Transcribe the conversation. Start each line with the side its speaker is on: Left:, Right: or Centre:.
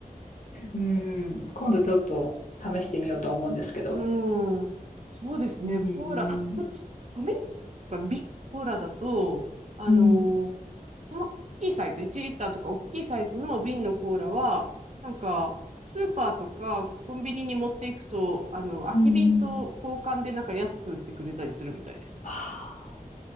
Left: うん、今度ちょっと試してみようとは思うんですけど。
Right: うん。そうですね、
Left: うん、
Right: コーラ。あ、こっち、アメリカの瓶コーラだと、あのーその大きいサイズ、
Left: うん、
Right: 1リッターとか大きいサイズの瓶のコーラは、なんか、スーパーとかコンビニに持っていくと、あの、空き瓶と交換でなんか安く売ってくれたりするみたいです。
Left: うん。あ